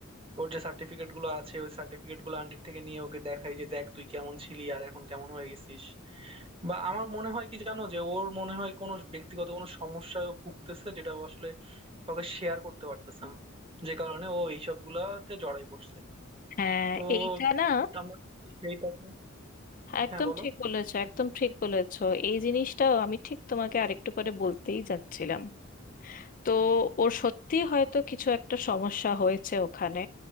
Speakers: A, on the right; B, on the left.
A: ওর যে সার্টিফিকেট গুলো আছে ওই সার্টিফিকেট গুলো আন্টির থেকে নিয়ে ওকে দেখাই যে দেখ তুই কেমন ছিলি আর এখন কেমন হয়ে গেছিস বা আমার মনে হয় কি জানো যে ওর মনে হয় কোনো ব্যক্তিগত কোনো সমস্যায় ও ভুগতেছে যেটা ও আসলে কাউকে শেয়ার করতে পারতেছে না যে কারণে ও এইসব গুলাতে জড়াই পড়ছে
B: হ্যাঁ
A: তো
B: এইটা না
A: আমরা যদি সেইটাকে
B: একদম
A: হ্যাঁ বলো
B: ঠিক বলেছো একদম ঠিক বলেছো এই জিনিসটাও আমি ঠিক তোমাকে আরেকটু পরে বলতেই যাচ্ছিলাম তো ওর সত্যি হয়তো কিছু একটা সমস্যা হয়েছে ওখানে